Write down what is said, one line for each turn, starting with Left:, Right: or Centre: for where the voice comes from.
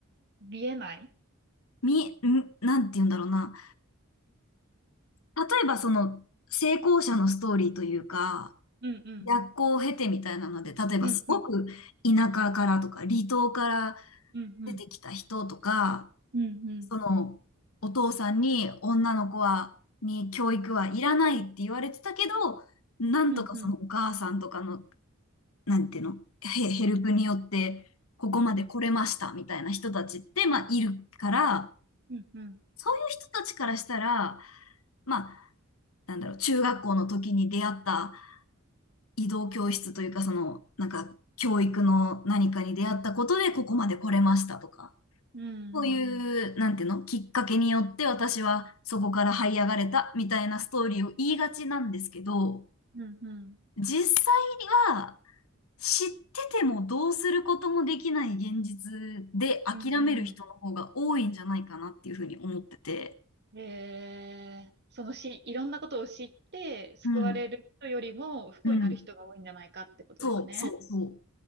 Right: 見えない
Left: み、ん、なんて言うんだろうな。例えばその成功者のストーリーというか、
Right: うんうん。
Left: 逆行を経てみたいなので、例えばすごく田舎からとか離島から
Right: うん、うん、うん、うん、
Left: 出てきた人とか、
Right: うん、うん、
Left: そのお父さんに女の子は、に教育はいらないって言われてたけど、なんとかそのお母さんとかの、
Right: うん、うん、
Left: なんていうの、ヘ、ヘルプによってここまで来れましたみたいな人たちって、
Right: うん、うん、
Left: まあいるから、
Right: うん、うん、
Left: そういう人たちからしたら、まあ、なんだろう、中学校の時に出会った移動教室というか、その、なんか、教育の何かに出会ったことでここまで来れましたとか、
Right: うん、
Left: そういう、
Right: うん、
Left: なんていうの、きっかけによって私はそこから這い上がれたみたいなストーリーを言いがちなんですけど、
Right: うん、うん、
Left: 実際には知っててもどうすることもできない現実で諦める人の方が多いんじゃないかなっていうふうに思ってて。
Right: うん、えー、そのし、いろんなことを知って、救われる人よりも不幸になる人が多いんじゃないかってことですね。
Left: うん、うん。そう、そう、そう。